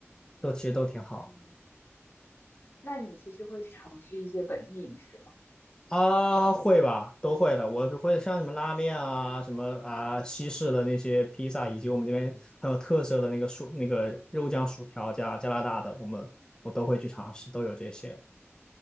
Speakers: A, on the left; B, on the left.
A: 都其实都挺好
B: 嗯那你其实会尝试一些本地饮食吗？
A: 啊，会吧，都会的。我会像什么拉面啊，什么啊西式的那些披萨，以及我们这边很有特色的那个薯那个肉酱薯条加加拿大的，我们我都会去尝试，都有这些。